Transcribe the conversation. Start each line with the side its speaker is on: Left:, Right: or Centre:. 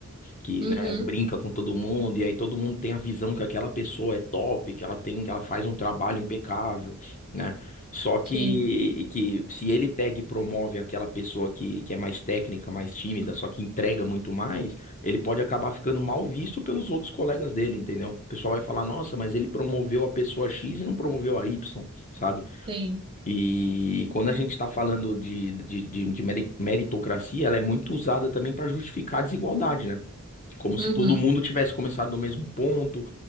Left: que,
Right: Uhum,
Left: né, brinca com todo mundo, e aí todo mundo tem a visão que aquela pessoa é top, que ela tem, que ela faz um trabalho impecável, né? Só que,
Right: sim.
Left: que se ele pega e promove aquela pessoa que, que é mais técnica, mais tímida, só que entrega muito mais, ele pode acabar ficando mal visto pelos outros colegas dele, entendeu? O pessoal vai falar, nossa, mas ele promoveu a pessoa X e não promoveu a Y, sabe?
Right: Sim,
Left: E quando a gente está falando de, de, de, de meri- meritocracia, ela é muito usada também para justificar a desigualdade, né? como se
Right: uhum,
Left: todo mundo tivesse começado no mesmo ponto,